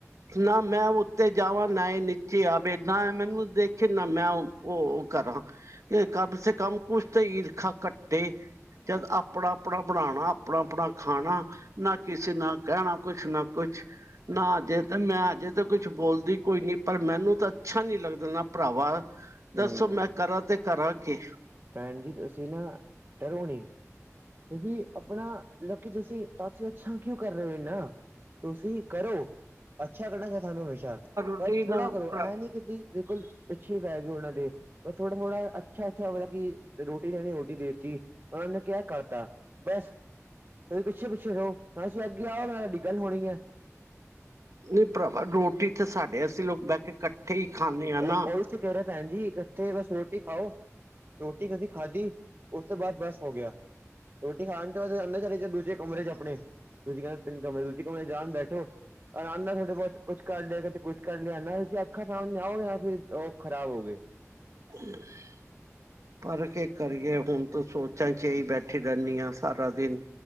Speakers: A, on the right; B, on the right.
A: ਨਾ ਮੈਂ ਉੱਤੇ ਜਾਵਾਂ ਨਾ ਇਹ ਨੀਚੇ ਆਵੇ ਨਾ ਮੈਨੂੰ ਦੇਖੇ ਨਾ ਮੈਂ ਓ ਕਰਾਂ ਤੇ ਕਮ ਸੇ ਕਮ ਕੁਛ ਤਾਂ ਈਰਖਾ ਕੱਟੇ। ਜਦ ਆਪਣਾ-ਆਪਣਾ ਬਣਾਣਾ ਆਪਣਾ-ਆਪਣਾ ਖਾਣਾ। ਨਾ ਕਿਸੇ ਨਾ ਕਹਿਣਾ ਕੁਛ ਨਾ ਕੁਛ। ਨਾ ਅਜੇ ਤੇ ਮੈਂ ਅਜੇ ਤਾਂ ਕੁਛ ਬੋਲਦੀ ਕੋਈ ਨੀ ਪਰ ਮੈਨੂੰ ਤਾਂ ਅੱਛਾ ਨੀ ਲੱਗਦਾ ਨਾ ਭਰਾਵਾ। ਦੱਸੋ
B: ਹਮ
A: ਮੈਂ ਕਰਾ ਤੇ ਕਰਾ ਕੀ।
B: ਭੈਣ ਜੀ ਤੁਸੀਂ ਨਾ ਡਰੋ ਨੀ। ਤੁਸੀਂ ਆਪਣਾ ਲ ਜਸੀ ਤਾਂਸੀ ਅੱਛਾ ਕਿਉਂ ਕਰ ਰਹੇ ਹੋ ਇਨ੍ਹਾਂ। ਤੁਸੀਂ ਕਰੋ ਅੱਛਾ ਕਰਨਾ <unintelligible> ਤੁਹਾਨੂੰ ਹਮੇਸ਼ਾ
A: ਨਹੀਂ
B: ਪਰ ਥੋੜਾ
A: ਨਾ
B: ਕਰੋ
A: ਭਰਾ,
B: ਇਹ ਨੀ ਕਿ ਬੀ ਬਿਲਕੁਲ ਪਿੱਛੇ ਹੀ ਪੈ ਗਏ ਉਹਨਾਂ ਦੇ ਥੋੜਾ-ਥੋੜਾ ਅੱਛਾ-ਅੱਛਾ ਮਲਬ ਕੀ ਰੋਟੀ ਲਣੀ ਰੋਟੀ ਦੇਤੀ ਉਹਨਾ ਨੇ ਕਿਹਾ ਕਰਤਾ ਬਸ। ਤੁਸੀਂ ਪਿੱਛੇ-ਪਿੱਛੇ ਰਹੋ ਨਾ ਤੁਸੀਂ ਅੱਗੇ ਆਓ ਨਾ, ਨਾ ਹਾਡੀ ਗੱਲ ਹੋਣੀ ਹੈ।
A: ਨਹੀਂ ਭਰਾਵਾ ਰੋਟੀ ਤਾਂ ਸਾਡੇ ਅਸੀਂ ਲੋਕ ਬਹਿ ਕੇ ਕੱਠੇ ਹੀ ਖਾਂਦੇ ਹਾਂ
B: ਉਹ
A: ਨਾ।
B: ਉਹੀ ਤੇ ਕਿਹ ਰਹੀਆਂ ਭੈਣ ਜੀ ਕਿੱਥੇ ਬਸ ਰੋਟੀ ਖਾਓ। ਰੋਟੀ ਕਦੀ ਖਾਧੀ ਉਸ ਤੋਂ ਬਾਦ ਬਸ ਹੋ ਗਿਆ। ਰੋਟੀ ਖਾਣ ਤੋਂ ਬਾਦ ਅੰਦਰ ਚਲੇ ਜਾਓ ਦੂਜੇ ਕਮਰੇ ਚ ਆਪਣੇ। ਤੁਸੀਂ ਕਹਿੰਦੇ ਤਿੰਨ ਕਮਰੇ ਦੂਜੀ ਕਮਰੇ ਜਾਣ ਬੈਠੋ ਆਰਾਮ ਨਾਲ ਥੋੜੇ ਬਹੁ ਕੁਛ ਕਰ ਲਿਆ ਕਦੇ ਕੁੱਝ ਕਰ ਲਿਆ ਨਾ ਤੁਸੀਂ ਅੱਖਾਂ ਸਾ ਜਾਓਗੇ <unintelligible> ਫਿਰ ਉਹ ਖਰਾਬ ਹੋ ਗਈ।
A: <inaudible> ਪਰ ਕੀ ਕਰੀਏ ਹੁਣ ਤੂੰ ਸੋਚਾ ਇਚ ਹੀ ਬੈਠੀ ਰੈਨੀ ਹੈ ਆ ਸਾਰਾ ਦਿਨ।